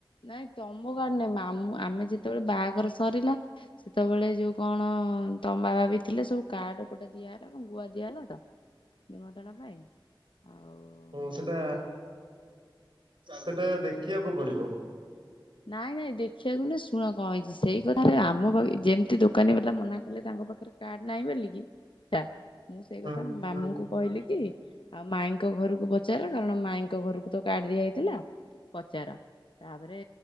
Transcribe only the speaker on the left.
ନାଇଁ ତମ କାର୍ଡ ନୁହେଁ, ମାମୁଁ ଆମେ ଯେତେବେଳେ ବାହାଘର ସରିଲା ସେତେବେଳେ ଯୋଉ କଣ ତମ ବାବା ବି ଥିଲେ, ସବୁ କାର୍ଡ ଗୋଟେ ଦିଆ ହେଲା କଣ ଗୁଆ ଦିଆ ହେଲା ତ। ନିମନ୍ତ୍ରଣ ପାଇଁ। ଆଉ
ମୁଁ
ନାଇଁ ନାଇଁ ଦେଖିବାକୁ ନା ଶୁଣ କଣ ହେଇଛି, ସେଇ କଥାରେ ଆମ ପାଖେ ଯେମିତି ଦୋକାନୀ ବାଲା ମନା କଲେ ତାଙ୍କ ପାଖରେ କାର୍ଡ ନାହିଁ ବେଲି କି ହେଲା, ମୁଁ ସେଇ
କଥା ମାମୁଁଙ୍କୁ
କହିଲି କି ଆଉ ମାଇଁଙ୍କ ଘରୁକୁ ପଚାର, କାରଣ ମାଇଁ ଙ୍କ ଘରୁକୁ ତ କାର୍ଡ ଦିଆ ହେଇଥିଲା। ପଚାର ତାପରେ